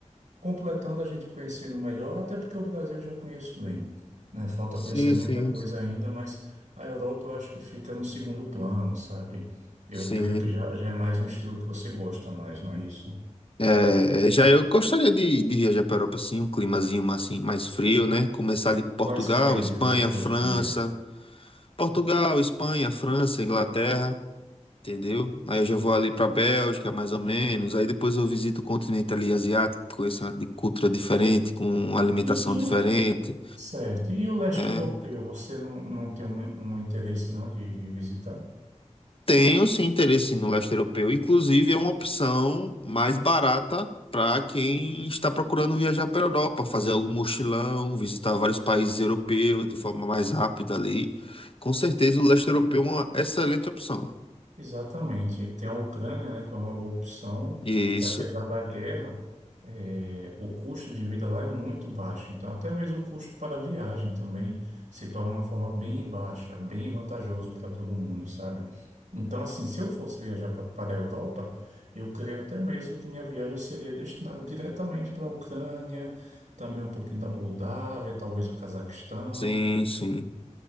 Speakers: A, on the right; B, on the left.
A: completando a gente conhecendo melhor, até porque o Brasil eu já conheço bem, né? Falta
B: Sim,
A: conhecer muita
B: sim.
A: coisa ainda, mas a Europa eu acho que fica no segundo plano, sabe? Eu
B: Sim.
A: creio que já, já é mais um estilo que você gosta mais, não é isso?
B: É, já eu gostaria de, de viajar para a Europa, sim, um climazinho mais, assim, mais frio, né? Começar de Portugal,
A: Quais países
B: Espanha,
A: você gostaria?
B: França. Portugal, Espanha, França, Inglaterra, entendeu? Aí eu já vou ali para Bélgica, mais ou menos. Aí depois eu visito o continente ali asiático, conhecer uma de- cultura diferente, com uma alimentação
A: E, e
B: diferente.
A: o... Certo. E o leste
B: né?
A: europeu, você não, não tem um, um interesse não de visitar?
B: Tenho sim interesse sim, no leste europeu. Inclusive, é uma opção mais barata para quem está procurando viajar para a Europa, fazer algum mochilão, visitar vários países europeus de forma mais rápida ali. Com certeza, o leste europeu é uma excelente opção.
A: Exatamente. Tem a Ucrânia, né, que é uma boa opção,
B: Isso,
A: porque apesar da guerra, eh, o custo de vida lá é muito baixo. Então, até mesmo o custo para a viagem também se torna uma forma bem baixa, bem vantajoso para todo mundo, sabe? Então, assim, se eu fosse viajar pa- para a Europa, eu creio até mesmo que minha viagem seria destinada diretamente para a Ucrânia, também um pouquinho da Moldávia, talvez o Cazaquistão.
B: sim, sim.